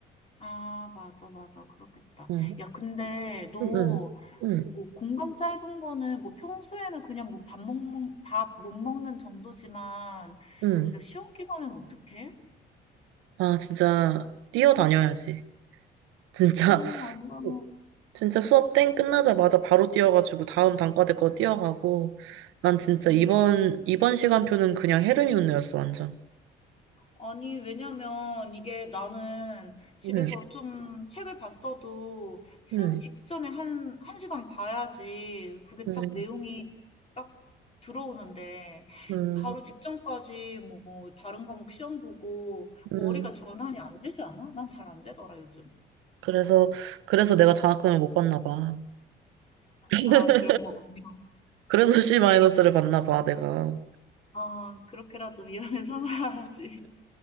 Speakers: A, on the left; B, on the right.
A: 아, 맞아, 맞아. 그렇겠다.
B: 어,
A: 야, 근데 너
B: 응, 응, 응,
A: 뭐 공강 짧은 거는 뭐 평소에는 그냥 뭐 밥 먹는, 밥 못 먹는 정도지만
B: 응.
A: 야, 시험 기간엔 어떡해?
B: 아, 진짜, 뛰어다녀야지. 진짜,
A: 어, 완전,
B: <laughs> 진짜 수업 땡 끝나자마자 바로 뛰어가지고 다음 단과대 거 뛰어가고, 난 진짜
A: 응.
B: 이번, 이번 시간표는 그냥 헤르미온느였어, 완전.
A: 아니, 왜냐면 이게 나는 집에서
B: 응.
A: 좀 책을 봤어도 시험
B: 음,
A: 직전에 한, 한 시간 봐야지 그게
B: 음,
A: 딱 내용이 딱 들어오는데
B: 음,
A: 바로 직전까지 뭐 다른 과목 시험 보고
B: 음.
A: 머리가 전환이 안 되지 않아? 난 잘 안 되더라, 요즘.
B: 그래서, 그래서 내가 장학금을 못 받나 봐. <laughs>
A: 아, 그런 거군요.
B: 그래서 C-를 마이너스 받나 봐, 내가.
A: 아, 그렇게라도 위안을 <laughs> 삼아야지.